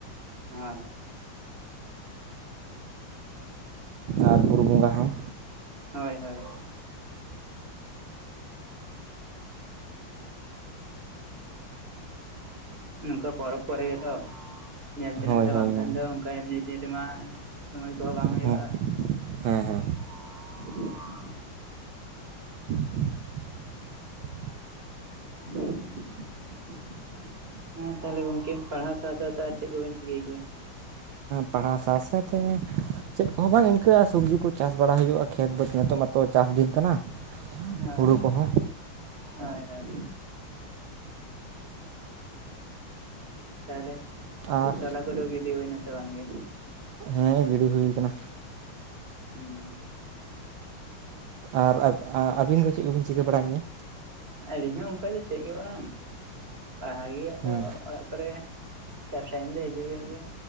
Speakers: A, on the right; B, on the right.
A: ᱦᱳᱭ
B: ᱟᱨ ᱵᱩᱨᱩ ᱵᱚᱸᱜᱟ ᱦᱚᱸ
A: ᱦᱳᱭ ᱦᱳᱭ᱾ ᱱᱚᱝᱠᱟ ᱯᱚᱨᱚᱵᱽ ᱠᱚᱨᱮ ᱜᱮᱛᱚ ᱧᱮᱞ ᱛᱮᱱᱟᱜ
B: ᱦᱳᱭ
A: ᱫᱚ
B: ᱦᱳᱭ
A: ᱵᱟᱝᱠᱷᱟᱱ
B: ᱦᱳᱭ
A: ᱫᱚ ᱚᱱᱠᱟ ᱮᱢᱱᱤ ᱫᱤᱱ ᱨᱮᱢᱟ ᱥᱳᱢᱚᱭ ᱠᱚ ᱦᱚᱸ ᱵᱟᱝ
B: ᱦᱮᱸ
A: ᱦᱩᱭᱩᱜᱼᱟ᱾
B: ᱦᱮᱸ ᱦᱮᱸ᱾
A: <inaudible>
B: <inaudible>
A: <inaudible> ᱦᱮᱸ ᱛᱟᱦᱚᱞᱮ ᱜᱚᱝᱠᱮ ᱯᱟᱲᱦᱟᱣ ᱥᱟᱶ ᱥᱟᱶ ᱛᱮ ᱟᱨ ᱪᱮᱜ ᱠᱚᱵᱮᱱ ᱪᱤᱠᱟᱹᱭ ᱜᱮᱭᱟ?
B: ᱯᱟᱲᱦᱟᱣ ᱥᱟᱶ ᱥᱟᱶᱛᱮ ᱪᱮᱫ ᱠᱚᱦᱚᱸ ᱵᱟᱝ ᱤᱱᱠᱟᱹ ᱟᱨ ᱥᱚᱵᱽᱡᱤ ᱠᱚ ᱪᱟᱥ ᱵᱟᱲᱟ ᱦᱩᱭᱩᱜᱼᱟ᱾ ᱠᱷᱮᱛ ᱵᱟᱹᱛ ᱱᱤᱛᱚᱜ ᱢᱟᱛᱚ ᱪᱟᱥ ᱫᱤᱱ ᱠᱟᱱᱟ
A: ᱦᱳᱭ
B: ᱦᱩᱲᱩ ᱠᱚᱦᱚᱸ
A: ᱦᱳᱭ ᱦᱳᱭ ᱛᱟᱦᱚᱞᱮ
B: ᱟᱨ
A: ᱛᱚᱞᱟ ᱠᱚᱫᱚ ᱜᱤᱰᱤ ᱦᱩᱭᱱᱟ ᱥᱮ ᱵᱟᱝ ᱜᱮ?
B: ᱦᱮᱸ ᱜᱤᱰᱤ ᱦᱩᱭᱩ ᱠᱟᱱᱟ
A: ᱦᱩᱸ
B: ᱟᱨ ᱟᱹᱵᱤᱱ ᱫᱚ ᱪᱮᱫ ᱠᱚᱵᱤᱱ ᱪᱤᱠᱟᱹ ᱵᱟᱲᱟᱭ ᱢᱮᱭᱟ?
A: ᱟᱹᱞᱤᱧ ᱦᱚᱸ ᱚᱱᱠᱟ ᱫᱚ ᱪᱮᱫ ᱜᱮ ᱵᱟᱝ ᱯᱟᱲᱦᱟᱣ ᱜᱮ ᱟᱫᱚ
B: ᱦᱮᱸ
A: ᱚᱲᱟᱜ ᱠᱚᱨᱮ ᱪᱟᱥ ᱴᱟᱭᱤᱢ ᱫᱚ ᱦᱤᱡᱩᱜ ᱦᱩᱭᱩᱜ ᱜᱮᱭᱟ